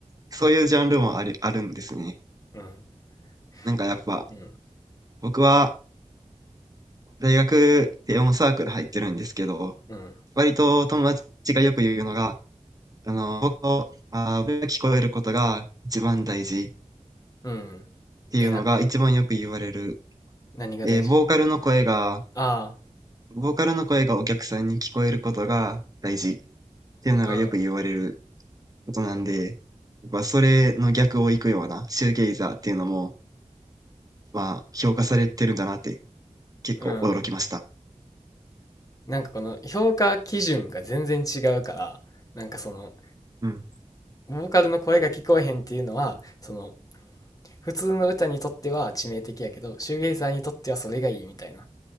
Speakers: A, on the right (about 30°); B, on the left (about 25°).
A: そういうジャンルもある、あるんですね。
B: うん。
A: なんかやっぱ、
B: いやうん。
A: 僕は、大学で音サークル入ってるんですけど、
B: うん。
A: 割と友達がよく言うのが、あの、僕の、あー、僕が聞こえることが一番大事っ
B: うん。
A: ていうのが一番よく言われる。
B: え、なんで何が大事
A: えーボーカルの声が、
B: あ
A: ボーカルの声がお客さんに聞こえることが大事っていうのがよく言われる
B: あ、
A: ことなんで、やっぱそれの逆を行くようなシューゲイザーっていうのも、まあ、評価されてるんだなって結構驚きました。
B: うん。うん。なんかこの評価基準が全然違うから、なんかその、
A: うん。
B: ボーカルの声が聞こえへんっていうのは、その、普通の歌にとっては致命的やけど、シューゲイザーにとってはそれがいいみたいな。